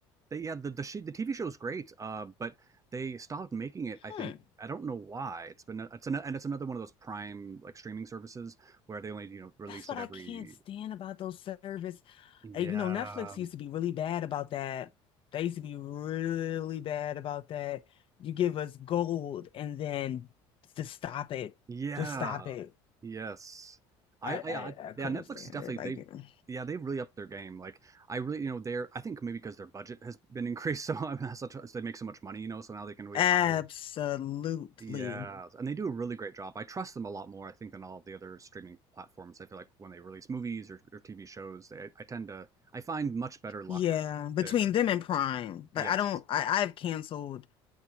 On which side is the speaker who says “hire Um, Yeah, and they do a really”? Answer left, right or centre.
Right